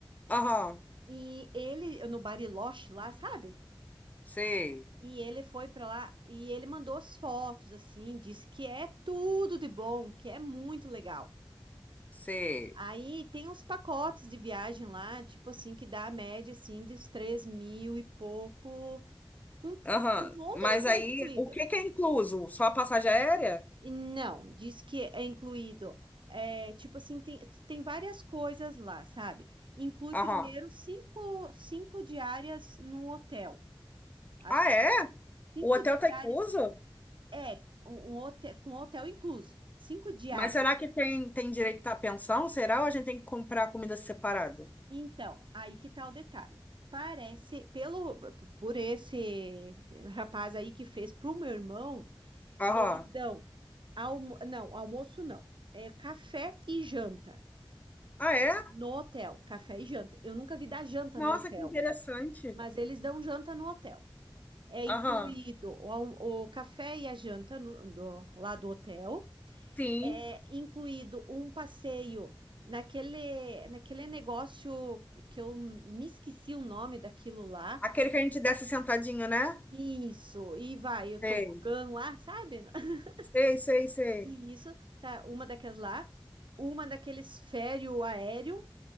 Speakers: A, on the left; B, on the right.
A: Aham,
B: E ele, no Bariloche lá, sabe?
A: sei,
B: E ele foi pra lá e ele mandou as fotos, assim, disse que é tudo de bom, que é muito legal.
A: sei.
B: Aí tem uns pacotes de viagem lá, tipo assim, que dá a média, assim, dos três mil e pouco, com
A: Aham,
B: um monte
A: mas
B: de coisa
A: aí,
B: incluída.
A: o que que é incluso? Só a passagem aérea?
B: E Não, diz que é incluído. É, tipo assim, tem, tem várias coisas lá, sabe? Inclui
A: Aham.
B: primeiro cinco, cinco diárias no hotel. Acho
A: Ah,
B: que
A: é?
B: cinco
A: O hotel
B: diárias
A: tá incluso?
B: é um, um hotel, com hotel incluso. Cinco diárias.
A: Mas será que tem, tem direito à pensão? Será ou a gente tem que comprar comida separada?
B: Então, aí que tá o detalhe. Parece, pelo, por esse rapaz aí que fez pro meu irmão,
A: Aham.
B: eles dão almo, não, almoço não. É café e janta.
A: Ah, é?
B: No hotel, café e janta. Eu nunca vi dar janta
A: Nossa,
B: no hotel,
A: que interessante.
B: mas eles dão janta no hotel. É incluído
A: Aham,
B: o, alm- o café e a janta no- do- lá do hotel.
A: sim.
B: É incluído um passeio naquele, naquele negócio que eu me esqueci o nome daquilo lá.
A: Aquele que a gente desce sentadinho, né?
B: Isso, e vai o tobogã
A: Sei,
B: lá, sabe? <laughs>
A: sei, sei, sei.
B: E isso, tá, uma daquelas lá, uma daqueles férreo aéreo